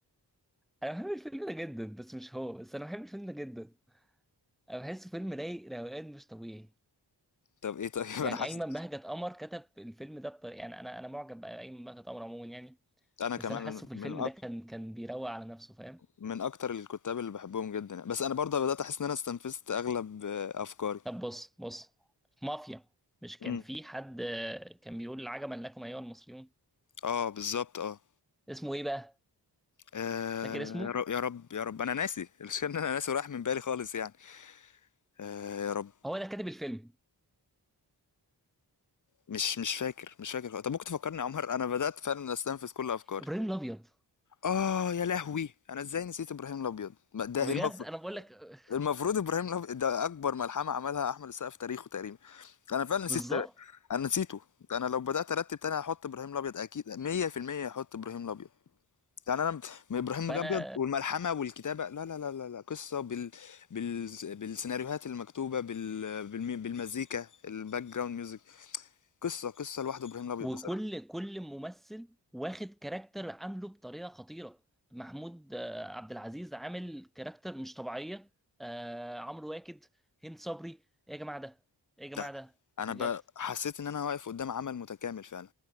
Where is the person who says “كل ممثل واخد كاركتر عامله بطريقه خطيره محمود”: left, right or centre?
Centre